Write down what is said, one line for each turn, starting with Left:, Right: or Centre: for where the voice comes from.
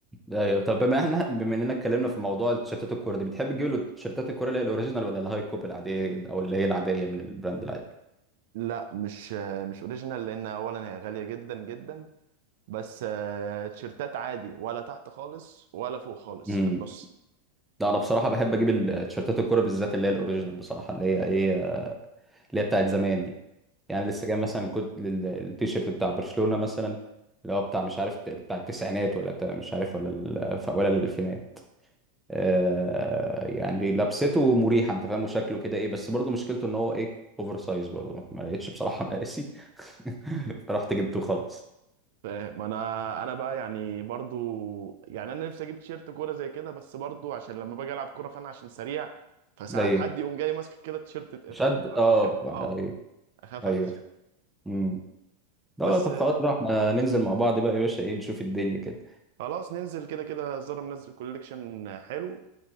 Centre: ده ايوه طب بما احنا بما اننا اتكلمنا في موضوع التيشيرتات الكوره دي بتحب تجيب له تيشيرتات الكوره اللي هي الاوريجينال ولا الهاي كوب العاديه او اللي هي العاديه من البراند العادي
Right: لا مش آه، مش اوريجينال لأن أولا هي غالية جدا جدا بس آه، تيشيرتات عادي ولا تحت خالص ولا فوق خالص
Centre: امم
Right: في النص
Centre: ده انا بصراحه بحب اجيب التيشيرتات الكوره بالذات اللي هي الاوريجينال بصراحه اللي هي ايه اللي هي بتاعت زمان دي يعني لسه جاي مثلا كنت التيشيرت بتاع برشلونة مثلا اللي هو بتاع مش عارف بتاع التسعينات ولا بتاع مش عارف ولا ال- ف- ولا الألفينات آه يعني لبسته مريحة انت فاهم وشكله كده ايه بس برضه مشكلته ان هو ايه اوفر سايز برضه ما لقيتش بصراحة مقاسي <laughs> فرحت جبته خلاص
Right: فاهم انا انا بقى يعني برضو يعني انا نفسي اجيب تيشيرت كوره زي كده بس برضو عشان لما باجي العب كوره فانا عشان سريع فساعات
Centre: ايوه
Right: حد يقوم جاي ماسك كده التيشيرت اتقطع
Centre: شد
Right: بخاف
Centre: اه
Right: اه
Centre: ايوه
Right: اخاف
Centre: ايوه
Right: على التيشيرت
Centre: امم لا
Right: بس
Centre: لا طب خلاص بقى احنا ننزل مع بعض بقى يا باشا ايه نشوف الدنيا كده
Right: خلاص ننزل كده كده زارا منزل كوليكشن حلو